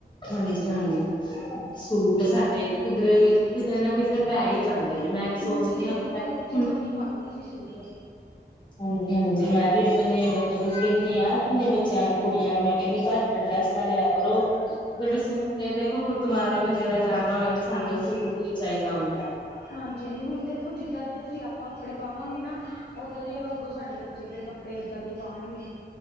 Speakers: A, on the left; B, on the left.
A: ਹਾਂਜੀ ਹਾਂਜੀ ਸੂਟ ਸਾਡੇ ਕਿਧਰੇ ਕਿਧਰੇ ਨਾ ਕਿਧਰੇ ਪੈ ਹੀ ਜਾਂਦੇ ਨੇ ਮੈਂ
B: ਸੂਟ
A: ਸੋਚਦੀ
B: ਤੁਸੀਂ
A: ਹਾਂ
B: ਦੇਖੋ ਜਿੱਥੇ
A: ਹੁਣ
B: ਮਰਜੀ ਪਾਓ ਤੁਸੀਂ ਸੂਟ
A: ਹਾਂਜੀ ਹਾਂਜੀ ਮੈਂ ਵੀ ਆਪਣੇ ਮਤਲਬ ਕਹਿੰਦੀ ਹਾਂ ਆਪਨੇ ਬੱਚਿਆਂ ਨੂੰ ਕੁੜੀਆਂ ਨੂੰ ਮੈਂ ਕਹਿੰਦੀ ਘੱਟ ਡਰੈਸ ਚੱਲਿਆ ਕਰੋ ਜਿਹੜੇ ਸੂਟ ਦੇਖੋ ਗੁਰਦੁਆਰੇ ਵਗੈਰਾ ਜਾਣਾ ਹੋਵੇ ਤਾਂ ਸਾਨੂੰ ਸੂਟ ਹੀ ਚਾਹੀਦਾ ਹੁੰਦਾ ਹੈ
B: ਹਾਂਜੀ-ਹਾਂਜੀ ਹੁਣ ਦੇਖੋ, ਜਿੱਦਾਂ ਦੇ ਅਸੀਂ ਆਪਾ ਕੱਪੜੇ ਪਾਵਾਂਗੇ ਨਾ, ਓਦਾਂ ਦੇ ਹੀ ਅੱਗੋਂ ਸਾਡੇ ਬੱਚੇ ਫਿਰ ਕ ਕੱਪੜੇ ਏਦਾਂ ਦੇ ਪਾਣਗੇ